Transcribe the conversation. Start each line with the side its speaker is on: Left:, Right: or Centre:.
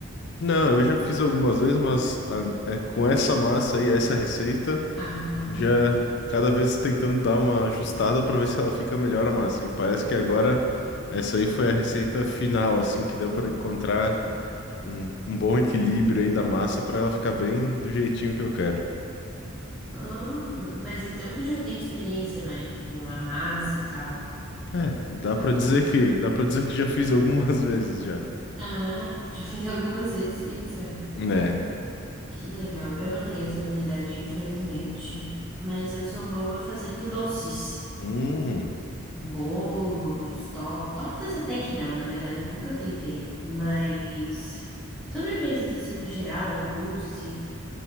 Left: Não, eu já fiz algumas vezes, mas ah, é, com essa massa aí, essa receita,
Centre: Ah.
Left: já cada vez tentando dar uma ajustada para ver se ela fica melhor a massa. E parece que agora essa aí foi a receita final, assim, que deu para encontrar um, um bom equilíbrio aí da massa para ela ficar bem do jeitinho que eu quero.
Centre: Ah, mas então tu já tem experiência, né? Com a massa e tal.
Left: É, dá pra
Centre: Ah,
Left: dizer que, dá para dizer que já fiz algumas <laughs> vezes já.
Centre: <laughs> já fez algumas vezes pizza.
Left: Né?
Centre: Que legal. Eu não tenho essa habilidade, infelizmente. Mas eu sou boa fazendo doces.
Left: Hum,
Centre: Bolos, to- tortas até que não, na verdade, eu nunca tentei. Mas sobremesas assim no geral, mousse,